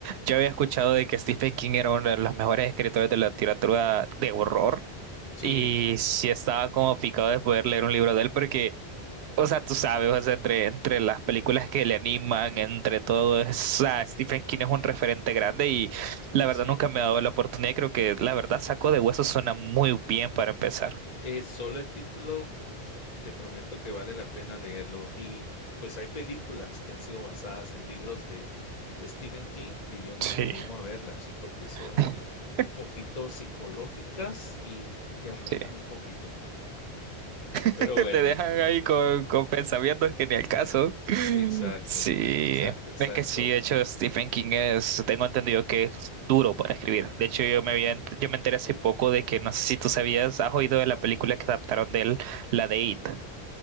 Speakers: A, on the right; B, on the left.
A: yo había escuchado de que Stephen King era uno de los mejores escritores de la literatura de horror y
B: Sí,
A: sí estaba como picado de poder leer un libro de él porque, o sea, tú sabes, o sea, entre, entre las películas que le animan, entre todo, es- o sea, Stephen King es un referente grande y la
B: sí.
A: verdad nunca me ha dado la oportunidad. Creo que la verdad Saco de Huesos suena muy bien para empezar.
B: Eh, solo el título, te prometo que vale la pena leerlo. Y pues hay películas que han sido basadas en libros de, de Stephen King que yo ni
A: Sí.
B: me animo a verlas porque son
A: <laughs>
B: un poquito psicológicas y te arruinan
A: Sí.
B: un poquito. Pero
A: <laughs>
B: bueno,
A: Te dejan ahí con, con pensamientos que ni al caso. <laughs>
B: exacto,
A: Sí,
B: exacto, exacto.
A: es que sí, de hecho Stephen King es, tengo entendido que es duro para escribir. De hecho yo me había, ent- yo me enteré hace poco de que, no sé si tú sabías, has oído de la película que adaptaron de él, la de It.